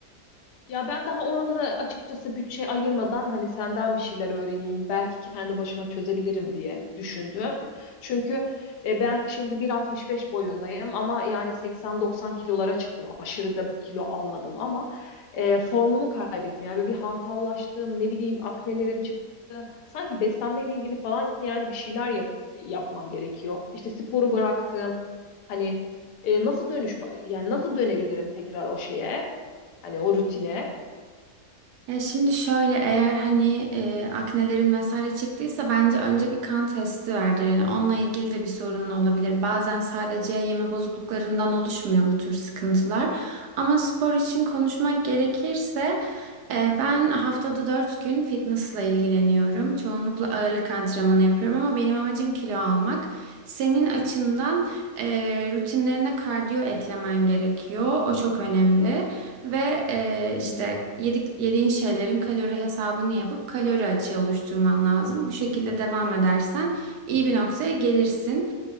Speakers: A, on the left (about 80°); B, on the right (about 80°).
A: Ya ben daha oralara açıkçası bütçe ayırmadan hani senden bir şeyler öğreneyim, belki kendi başıma çözebilirim diye düşündüm. Çünkü e, ben şimdi 1.65 boyundayım ama yani 80-90 kilolara çıktım. Aşırı da bir kilo almadım ama e, formumu kaybettim. Yani böyle bir hantallaştım, ne bileyim aknelerim çıktı. Sanki beslenmeyle ilgili falan yani bir şeyler yap- yapmam gerekiyor. İşte sporu bıraktım. Hani e, nasıl dönüş yani nasıl dönebilirim tekrar o şeye? Hani o rutine.
B: Ya şimdi şöyle eğer hani e, aknelerin vesaire çıktıysa bence önce bir kan testi verdir. Hani onunla ilgili de bir sorunun olabilir. Bazen sadece yeme bozukluklarından oluşmuyor bu tür sıkıntılar. Ama spor için konuşmak gerekirse e, ben haftada 4 gün fitnessla ilgileniyorum. Çoğunlukla ağırlık antrenmanı yapıyorum ama benim amacım kilo almak. Senin açından e, rutinlerine kardiyo eklemen gerekiyor. O çok önemli. Ve e,
A: Hı
B: işte
A: hı.
B: yedik, yediğin şeylerin kalori hesabını yapıp kalori açığı oluşturman lazım. Bu şekilde devam edersen iyi bir noktaya gelirsin.